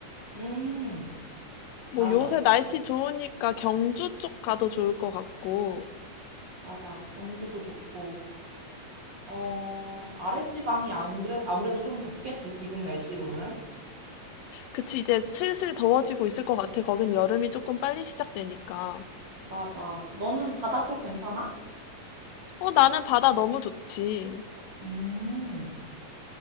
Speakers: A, on the right; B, on the left.
A: 음,
B: 뭐
A: 맞아.
B: 요새 날씨 좋으니까 경주 쪽 가도 좋을 것 같고.
A: 맞아. 경주도 좋고, 어, 아랫지방이 안 그래, 아무래도 좀 덥겠지, 지금 날씨로는.
B: 그치, 이제 슬슬 더워지고 있을 것 같아. 거긴 여름이 조금 빨리 시작되니까.
A: 맞아. 너는 바다 쪽 괜찮아?
B: 어, 나는 바다 너무 좋지.
A: 음.